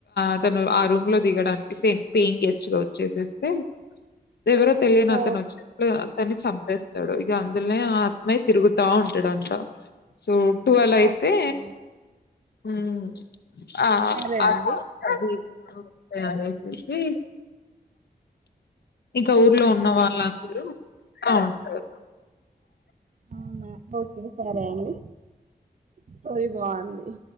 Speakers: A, on the left; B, on the right.
A: అతను ఆ రూమ్ లో దిగడానికి సేమ్ పేయింగ్ గెస్ట్ గా వచ్చేసేస్తే ఎవరో తెలియని
B: ఓ
A: అతను వచ్చి అతన్ని చంపేస్తాడు అందులే ఆత్మయ్ తిరుగుతా ఉంటడంట సో ట్వెల్వ్ అయితే
B: ఓకే
A: హ్మ్ ఆ
B: సరే అండి
A: సౌ ఓస్తాయి అనేసి ఇక ఊర్లో ఉన్న వాళ్ళందరూ బావుంటారు
B: అవునా ఓకే సరే అండి స్టోరి బాగుంది